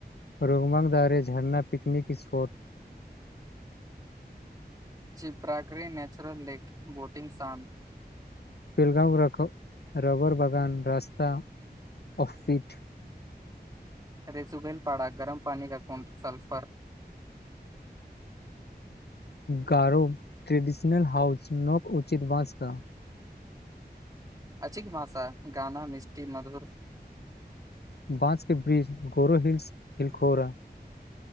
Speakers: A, on the left; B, on the right.
A: रोगमंग दारे झरना पिकनिक स्पॉट
B: चिप्राग्ररी नेचरल लेक बोतिग साम
A: पेलगाँव रख रबर बागान रास्ता ओफिट
B: रेसुबन पाड़ा गरम पानि का कुट सल्फर
A: गारो ट्रेडिशनल हाउज नक उचित बाँस का
B: <inaudible> अच भाषा ह गाना मिष्टी मधुर
A: बाँस के ब्रिज गोरो हिल्स हिलखोरा